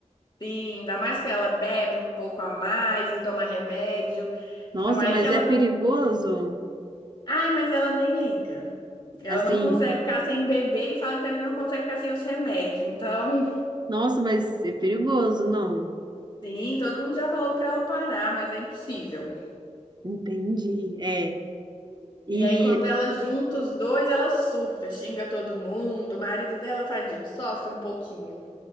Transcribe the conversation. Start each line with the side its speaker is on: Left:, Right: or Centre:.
Left: Sim, ainda mais que ela bebe um pouco a mais e toma remédio.
Right: Nossa,
Left: Então, aí
Right: mas
Left: que ela
Right: é perigoso?
Left: Ai, mas ela nem liga. Ela
Right: Assim,
Left: não consegue ficar sem beber e fala que também não consegue ficar sem os remédios. Então,
Right: nossa, mas é perigoso? Não,
Left: sim, todo mundo já falou pra ela parar, mas é impossível.
Right: entendi. É. E
Left: E aí, quando ela junta os dois, ela surta, xinga todo mundo. O marido dela, tadinho, sofre um pouquinho.